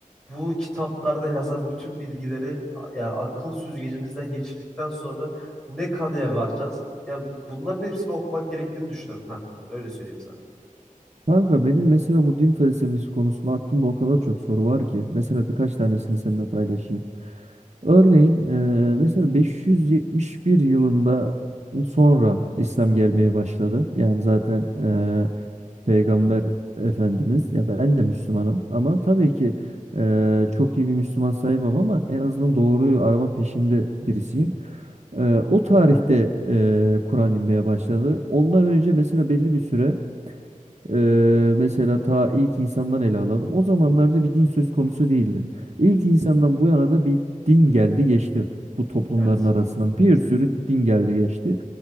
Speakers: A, in the centre; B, on the right.
A: bu kitaplarda yazan bütün bilgileri yani akıl süzgecimizden geçirdikten sonra ne kanıya varacağız? Yani bunların hepsini okumak gerektiğini düşünüyorum kankam. ben. Öyle söyleyeyim sana.
B: Kanka benim mesela bu din felsefesi konusunda aklımda o kadar çok soru var ki. Mesela birkaç tanesini seninle paylaşayım. Örneğin eee, mesela 571 yılında sonra İslam gelmeye başladı. Yani zaten eee, Peygamber Efendimiz ya ben de Müslümanım ama tabii ki eee, çok iyi bir Müslüman sayılmam ama en azından doğruyu arama peşinde birisiyim. Eee, o tarihte eee, Kur'an inmeye başladı. Ondan önce mesela belli bir süre Eee, mesela ta ilk insandan ele alalım. O zamanlarda bir din söz konusu değildi. İlk insandan bu yana da bir din geldi geçti. Bu toplumların
A: Evet.
B: arasından bir sürü din geldi geçti.